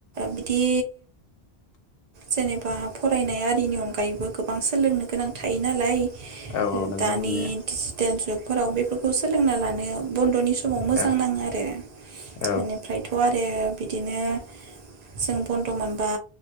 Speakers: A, on the right (about 50°); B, on the left (about 70°).
A: बिदि बे जेनेबा फरायनाय आरिनि अनगायैबो गोबां सोलोंनो गोनां थायो नालाय
B: औ
A: ओ
B: नंगौ
A: दानि
B: नंनाया
A: डिजिटेल जुग फोराव बेफोरखौ सोलोंना लानाया बनद'नि समाव मोजां
B: औ
A: नाङो आरो
B: औ
A: एनिफ्रायथ' आरो बि बिदिनो जों बनद' मोनबा